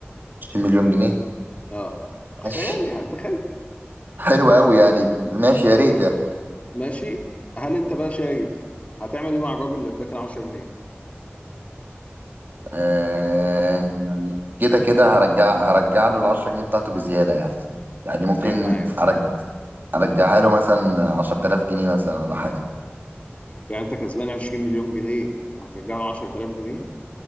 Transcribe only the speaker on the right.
20 مليون جنيه
ماشي
حلو قوي يعني ماشي يا ريت يعني
آه يعني كده كده هرجع هرجع له ال 10 جنيه بتاعته بزياده يعني يعني ممكن
أرج... ارجعها له مثلا 10000 جنيه مثلا ولا حاجه